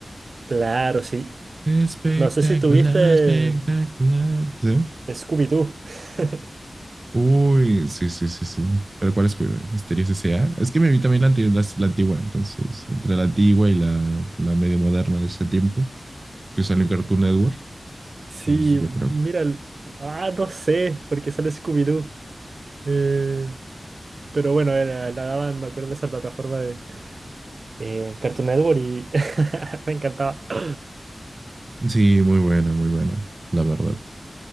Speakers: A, on the right (about 65°); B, on the right (about 40°).
A: Claro, sí.
B: Espectacular,
A: No sé si tuviste
B: espectacular. ¿Sí?
A: Scooby-Doo. <laughs>
B: Uy, sí, sí, sí, sí. Pero ¿cuál es Misterios S.A.? Es que me vi también la, anti- las- la antigua, entonces, entre la antigua y la, la medio moderna de ese tiempo, que salió en Cartoon Network,
A: Sí,
B: pues yo creo.
A: mira, el- ah, no sé, porque sale Scooby-Doo. Eh, pero bueno, era, la daban, me acuerdo de esa plataforma de eh, Cartoon Network y <laughs> me encantaba. <clears throat>
B: Sí, muy buena, muy buena, la verdad.